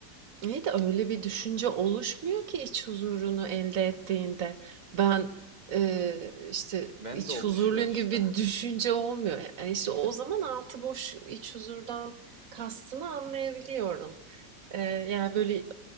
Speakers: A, on the right; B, on the right.
A: Niye de öyle bir düşünce oluşmuyor ki iç huzurunu elde ettiğinde. Ben e, işte
B: Ben
A: iç
B: de oluşuyor
A: huzurluyum
B: işte.
A: gibi bir düşünce olmuyor. Yani işte o zaman altı boş iç huzurdan kastını anlayabiliyorum. Eee, yani, böyle,